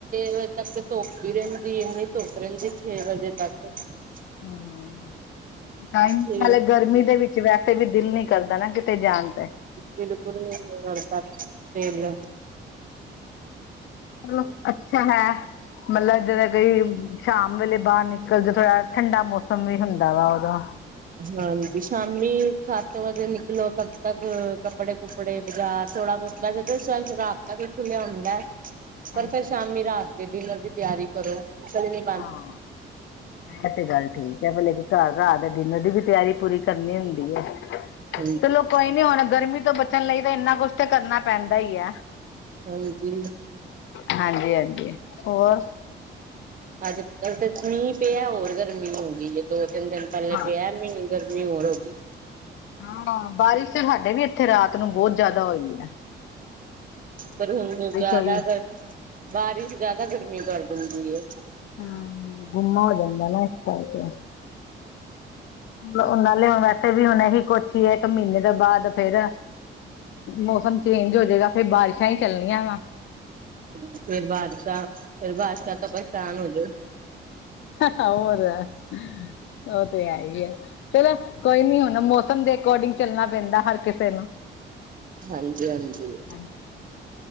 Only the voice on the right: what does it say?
ਵਜੇ ਤੱਕ ਧੁਪ ਈ ਰਹਿੰਦੀ ਏ ਇੰਨੀ ਧੁਪ ਰਹਿੰਦੀ ਛੇ ਵਜੇ ਤਕ <unintelligible>
ਛੇ
ਬਿਲਕੁਲ ਵੀ ਨਈ ਕਰਦਾ ਦਿਲ
ਹਾਂਜੀ ਸ਼ਾਮੀ ਸੱਤ ਵਜੇ ਨਿਕਲੋ ਤਬ ਤੱਕ ਕੱਪੜੇ ਕਪੜੇ ਬਾਜ਼ਾਰ ਥੋੜਾ ਬਹੁਤਾ ਜਦੋਂ <unintelligible> ਰਾਤ ਤੱਕ ਖੁੱਲਿਆ ਹੁੰਦਾ ਏ
ਪਰ ਫਿਰ ਸ਼ਾਮੀ ਰਾਤ ਦੇ ਡਿਨਰ ਦੀ ਤਿਆਰੀ ਕਰੋ ਇਸ ਲਈ
ਹਾਂਜੀ
ਹਾਂਜੀ
ਅੱਜ ਕੱਲ ਮੀਂਹ ਪਿਆ ਹੋਰ ਗਰਮੀ ਹੋਗੀ ਏ ਦੋ ਤਿੰਨ ਦਿਨ ਪਹਿਲੇ
ਪਿਆ ਗਰਮੀ ਹੋਰ ਹੋ ਗਈ
ਪਰ ਹੁਣ ਜਿਆਦਾ
ਬਾਰਿਸ਼ ਜ਼ਿਆਦਾ ਗਰਮੀ ਕਰ ਦਿੰਦੀ ਏ
ਫੇਰ ਬਰਸ਼ਾ ਫੇਰ ਬਾਰਸ਼ਾ ਤੋਂ ਪਰੇਸ਼ਾਨ ਹੋ ਜਾਓ
ਹਾਂਜੀ ਹਾਂਜੀ!